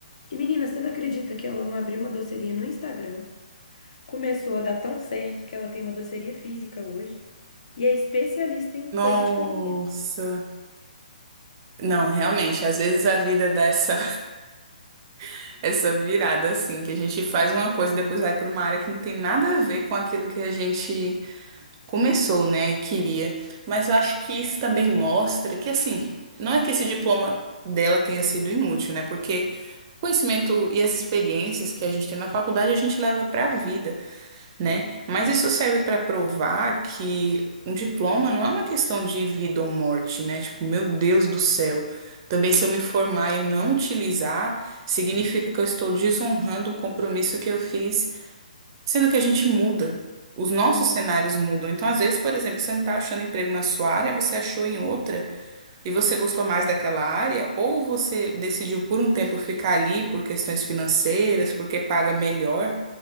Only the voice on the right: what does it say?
Nossa.
Não, realmente, às vezes a vida dá essa, <laughs> essa virada assim, que a gente faz uma coisa e depois vai para uma área que não tem nada a ver com aquilo que a gente começou, né, e queria. Mas eu acho que isso também mostra que, assim, não é que esse diploma dela tenha sido inútil, né? Porque o conhecimento e as experiências que a gente tem na faculdade a gente leva para a vida, né? Mas isso serve para provar que um diploma não é uma questão de vida ou morte, né? Tipo, meu Deus do céu. Também se eu me formar e não utilizar, significa que eu estou desonrando um compromisso que eu fiz Sendo que a gente muda. Os nossos
cenários mudam. Então, às vezes, por exemplo, você não está achando emprego na sua área, você achou em outra e você gostou mais daquela área, ou você decidiu por um tempo ficar ali por questões financeiras, porque paga melhor,